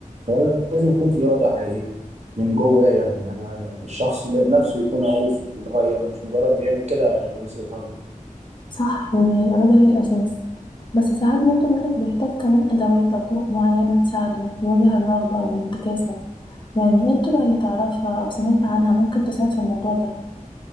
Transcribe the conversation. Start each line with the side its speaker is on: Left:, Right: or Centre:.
Right: كمان لازم يكون في إرادة حقيقية من جواه يعني أنا الشخص نفسه يكون عايز يتغير مش مجرد بيعمل كده عشان الناس اللي حواليه
Left: صح يعني هي الاراده هي الاساس بس ساعات برضو الواحد بيحتاج كمان ادوات او طرق معينه تساعده يواجه الرغبه او الانتكاسه يعني ايه الطرق اللي تعرفها او سمعت عنها ممكن تساعد في الموضوع ده